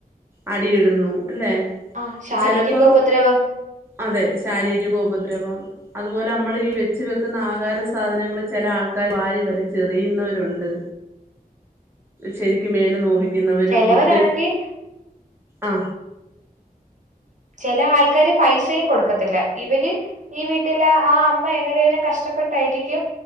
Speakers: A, on the right; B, on the right.
A: അടി ഇടുന്നു അല്ലേ
B: ആ ശാരീരിക
A: ചെലപ്പം
B: ഉപദ്രവം
A: അതെ ശാരീരിക ഉപദ്രവം. അതുപോലെ മ്മളീ വെച്ചു വെക്കുന്ന ആഹാര സാധനങ്ങളെ ചെല ആൾക്കാര് വാരി വലിച്ചെറിയുന്നവരുണ്ട് ശരിയ്ക്കു മേല് നോവിക്കുന്നവരും.
B: ഉം ചിലവരാണെങ്കിൽ
A: കുട്ടി ആ
B: ചെല ആൾക്കാര് പൈസയും കൊടുക്കത്തില്ല ഇവര് ഈ വീട്ടിലെ ആ അമ്മ എങ്ങനേലും കഷ്ടപ്പെട്ടായിരിക്കും.